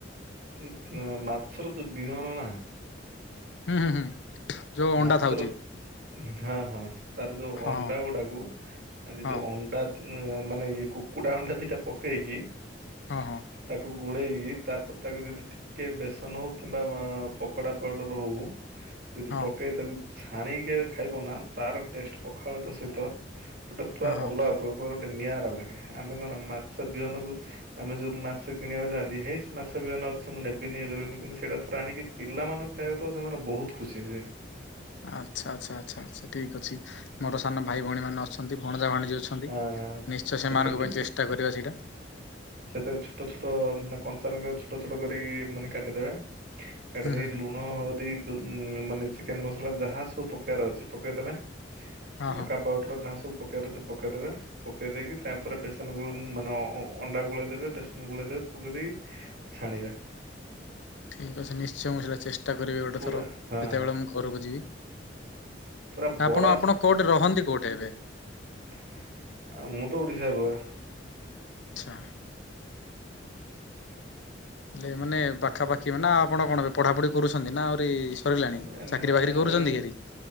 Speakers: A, on the right (about 55°); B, on the left (about 70°).
A: ଉଁ ମାଛର ଯୋଉ ବିହନ ନା
B: ହୁଁ ହୁଁ ହୁଁ। ଯୋଉ ଅଣ୍ଡା
A: ମାଛର,
B: ଥାଉଛି
A: ହଁ, ହଁ! ତାର ଯୋଉ
B: ହଁ
A: ଅଣ୍ଡା ଗୁଡାକୁ, ଆଉ ଯଦି
B: ହଁ
A: ଅଣ୍ଡା ଉ ମାନେ, ଏ କୁକୁଡ଼ା ଅଣ୍ଡା ଦିଟା ପକେଇକି
B: ହଁ, ହଁ।
A: ତାକୁ ଗୋଳେଇକି, ତାପରେ ତାକୁ ଯଦି କି ବେସନ ହଉ, କିମ୍ବା ପକୋଡା ପାଉଡର ହଉ ଯଦି
B: ହଁ
A: ପକାଇ ତାକୁ ଛାଣିକି ଖାଇବ ନା, ତାର ଟେଷ୍ଟେ ପଖାଳ ଭାତ ସହିତ ଗୋଟେ ପୁରା
B: ହଁ ହଁ।
A: ଅଲଗା, ପୁରା ଗୋଟେ ନିଆରା ଲାଗେ, ଆମେ କଣ ମାଛ ବିହନକୁ ଆମେ ଯୋଉ ମାଛ କିଣିବାକୁ ଯାଆନ୍ତି, ହେଇ ମାଛ ବିହନ ଅଛି ମୁଁ ନେବିନି ଇଏ କରିବିନି, କିନ୍ତୁ ସେଇଟା ଥରେ ଆଣିକି ପିଲାମାନଙ୍କୁ ଖାଇବାକୁ ଦବ, ସେମାନେ ବହୁତ୍ ଖୁସି ହେଇଯିବେ।
B: ଆଚ୍ଛା, ଆଚ୍ଛା, ଆଚ୍ଛା, ଆଚ୍ଛା, ଠିକ୍ ଅଛି, ମୋର ସାନ ଭାଇ ଭଉଣୀ ମାନେ ଅଛନ୍ତି ଭଣଜା ଭାଣିଜି ଅଛନ୍ତି
A: ଆଁ
B: ନିଶ୍ଚୟ,
A: ସେଥିରେ
B: ସେମାନଙ୍କ
A: ଟିକେ
B: ପାଇଁ ଚେଷ୍ଟା କରିବା ସେଇଟା।
A: ସେଥିରେ ଛୋଟ ଛୋଟ ମାନେ କଞ୍ଚା ଲଙ୍କ ଛୋଟ ଛୋଟ କରିକି ମାନେ କାଟିଦେବେ କାଟିଦେଇକି
B: ହୁଁ ହୁଁ ହୁଁ
A: ଲୁଣ ହଳଦୀ ମାନେ ଚିକେନ ମସଲା ଯାହା ସବୁ ପକେଇବାର ଅଛି ପକେଇଦେବେ
B: ହଁ
A: ଲଙ୍କା
B: ହଁ।
A: ପାଉର ଯାହା ସବୁ ପକେଇବ ପକେଇଦବେ ପକେଇ ଦେଇକି ତାପରେ ବେସନ ଗୁ ମାନେ <inaudible> ଅଣ୍ଡା ଗୋଳେଇ ଦେବେ, ବେସନ ଗୋଳେଇ ଦେବେ, ପକେଇ ଦେଇେ ଛାଣିବେ।
B: ଠିକ୍ ଅଛି, ନିଶ୍ଚୟ ମୁଁ ସେଇଟା ଚେଷ୍ଟା କରିବି ଗୋଟେ
A: ପୁରା
B: ଥର,
A: ହଁ
B: ଯେତେବେଳେ ମୁଁ ଘରକୁ ଯିବି।
A: ପୁରା ବରା
B: ଆପଣ, ଆପଣ, କୋଉଠି ରହନ୍ତି, କୋଉଠି ଏବେ।
A: ଆ, ମୁଁ ତ, ଓଡିଶା ରେ ରହେ।
B: ଆଚ୍ଛା। ହେଲେ ମାନେ ପାଖାପାଖି
A: ହୁଁ।
B: ନା ଆପଣ କଣ ଏବେ ପଢ଼ାପଢ଼ି କରୁଛନ୍ତି, ନା ଆହୁରି ସରିଲାଣି,
A: ଉଁ
B: ଚାକିରି
A: ନାଇଁ
B: ବାକିରି କରୁଛନ୍ତି କି ହେରି।